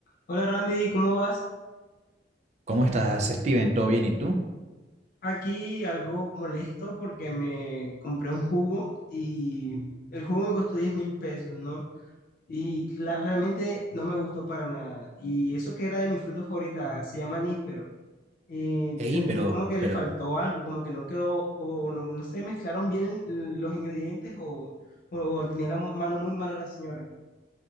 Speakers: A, on the left (about 50°); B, on the right (about 35°).
A: Hola Randy, ¿cómo vas?
B: ¿Cómo estás, Steven? ¿Todo bien? ¿Y tú?
A: Aquí algo molesto porque me compré un jugo y el jugo me costó diez mil pesos, ¿no? Y la- realmente no me gustó para nada. Y eso que era de mi fruta favorita, se llama níspero. Y
B: Ey,
A: sentí
B: pero,
A: como que
B: pero,
A: le faltó algo, como que no quedó, o no, no se mezclaron bien los ingredientes o, o- o tenía la mano muy mala la señora.